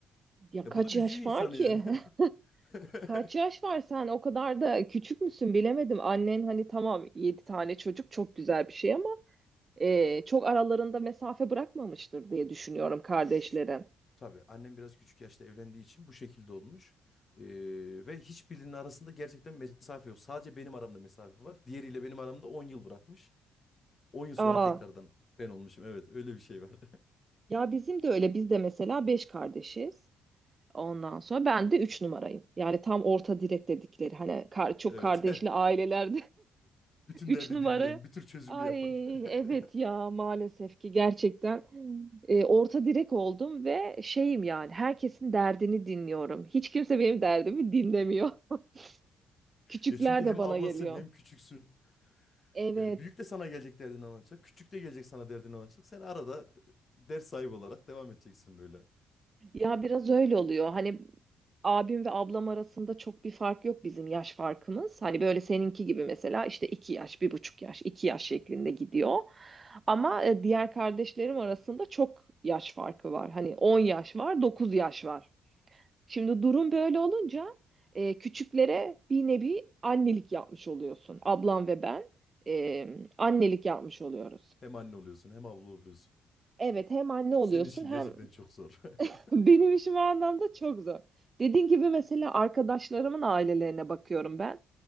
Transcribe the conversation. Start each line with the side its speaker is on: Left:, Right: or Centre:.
Right: Ya
Left: Ya
Right: kaç
Left: bu da üzüyor
Right: yaş
Left: insanı
Right: var ki?
Left: yani.
Right: <laughs>
Left: <laughs>
Right: Kaç yaş var sen? O kadar da küçük müsün bilemedim. Annen hani tamam 7 tane çocuk çok güzel bir şey ama e, çok aralarında mesafe bırakmamıştır diye düşünüyorum kardeşlerin.
Left: Şşt, Tabii annem biraz küçük yaşta evlendiği için bu şekilde olmuş. Ee, ve hiçbirinin arasında gerçekten mesafe yok. Sadece benim aramda mesafe var. Diğeriyle benim aramda 10 yıl bırakmış. 10 yıl sonra
Right: Aa,
Left: tekrardan ben olmuşum. Evet, öyle bir şey var. <laughs>
Right: ya bizim de öyle. Biz de mesela 5 kardeşiz. Ondan sonra ben de 3 numarayım. Yani tam orta direk dedikleri hani kar- çok
Left: Evet.
Right: kardeşli aileler
Left: <laughs> Bütün
Right: Üç
Left: derdi
Right: numara.
Left: dinleyen, bir tür çözümü
Right: Ay
Left: yapan. <laughs>
Right: evet ya maalesef ki gerçekten e, orta direk oldum ve şeyim yani herkesin derdini dinliyorum. Hiç kimse benim derdimi dinlemiyor. <laughs> Küçükler
Left: Ya çünkü
Right: de
Left: hem
Right: bana
Left: ablasın
Right: geliyor.
Left: hem küçüksün.
Right: Evet
Left: Yani büyük de sana gelecek derdini anlatacak. Küçük de gelecek sana derdini anlatacak. Sen arada ders sahibi olarak devam edeceksin böyle.
Right: ya biraz öyle oluyor. Hani abim ve ablam arasında çok bir fark yok bizim yaş farkımız. Hani böyle seninki gibi mesela işte iki yaş, bir buçuk yaş, iki yaş şeklinde gidiyor. Ama e, diğer kardeşlerim arasında çok yaş farkı var. Hani 10 yaş var, 9 yaş var. Şimdi durum böyle olunca e, küçüklere bir nevi annelik yapmış oluyorsun. Ablam ve ben e, annelik yapmış oluyoruz.
Left: Hem anne oluyorsun hem abla oluyorsun.
Right: Evet hem anne oluyorsun
Left: Senin için
Right: hem
Left: gerçekten çok zor.
Right: <laughs>
Left: <laughs>
Right: benim işim o anlamda çok zor. Dediğin gibi mesela arkadaşlarımın ailelerine bakıyorum ben.